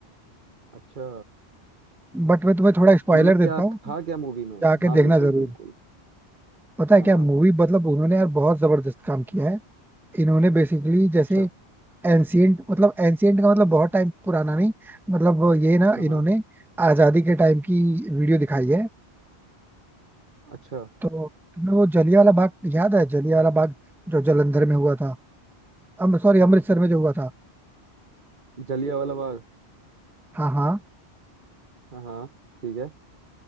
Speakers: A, on the right; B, in the centre.
A: अच्छा
B: बट मैं तुम्हें थोड़ा स्पॉइलर
A: तो मतलब
B: देता
A: क्या
B: हूँ
A: था
B: तुम
A: क्या मूवी में
B: जाके
A: हाँ
B: देखना
A: बिल्कुल
B: जरूर
A: बिल्कुल
B: पता है
A: हाँ
B: क्या
A: हाँ
B: मूवी मतलब उन्होंने यार बहुत जबरदस्त काम किया है इन्होंने बेसिकली जैसे
A: अच्छा
B: एंशियंट मतलब एंशियंट का मतलब बहुत टाइम पुराना नहीं मतलब वो ये ना
A: हाँ
B: इन्होंने
A: हाँ
B: आजादी के टाइम की वीडियो दिखाई है
A: अच्छा
B: तो तुम्हें वो जलिया वाला बाग याद है जलिया वाला बाग जो जलंधर में हुआ था अम सॉरी अमृतसर में जो हुआ था
A: जलिया वाला बाग
B: हाँ हाँ
A: हाँ हाँ ठीक है